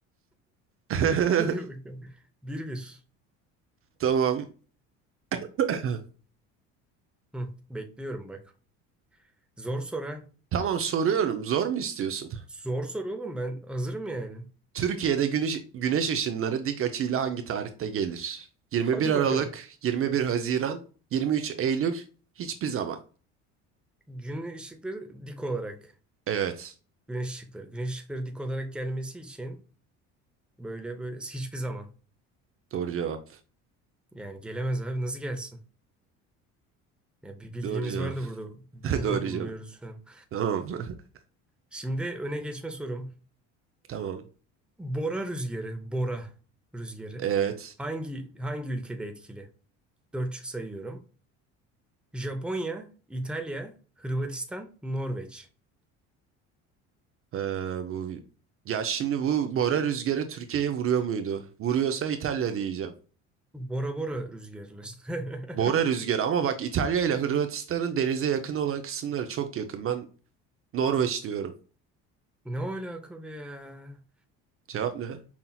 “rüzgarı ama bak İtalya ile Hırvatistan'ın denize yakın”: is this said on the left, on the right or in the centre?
Right